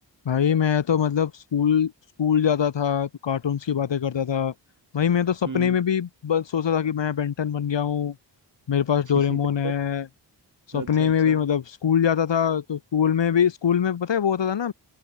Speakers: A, on the left (about 85°); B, on the right (about 45°).
A: भाई मैं तो मतलब स्कूल स्कूल जाता था तो कार्टून्स की बातें करता था भाई मैं तो सपने
B: हम्म
A: में भी बस सोचता था कि मैं बेंटन बन गया हूँ मेरे पास
B: <laughs>
A: डोरेमोन है सपने
B: अच्छा
A: में
B: अच्छा
A: भी मतलब स्कूल जाता था तो स्कूल में भी स्कूल में पता है वो होता था ना